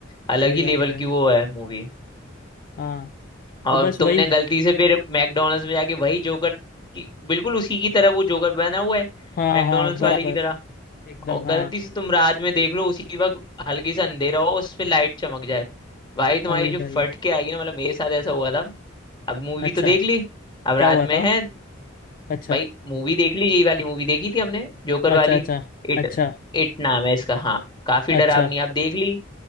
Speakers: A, on the left (about 20°); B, on the left (about 45°).
A: अलग
B: सही
A: ही
B: बात
A: लेवल
B: है भाई
A: की वो है मूवी
B: हाँ
A: और
B: तो बस
A: तुमने
B: वही
A: गलती से फिर मैकडोनल्ड्स में जाके वही जोकर की बिल्कुल उसी की तरह वो जोकर बना हुआ है
B: हाँ
A: मैकडोनल्ड्स
B: हाँ बराबर
A: वाले की तरह
B: एकदम
A: और गलती
B: हाँ
A: से तुम रात में देख लो उसी वक्त हल्की सा अंधेरा हो उस पे लाइट चमक जाए भाई तुम्हारी
B: अरे
A: जो
B: भाई
A: फट के आएगी ना मतलब मेरे साथ ऐसा हुआ था अब मूवी
B: अच्छा
A: तो देख ली अब
B: क्या
A: रात
B: हुआ
A: में
B: था
A: है
B: अच्छा
A: भाई मूवी देख लीजिए ये वाली मूवी देखी थी हमने जोकर वाली
B: अच्छा अच्छा
A: इट
B: अच्छा
A: इट नाम है इसका हाँ काफी
B: अच्छा
A: डरावनी आप देख ली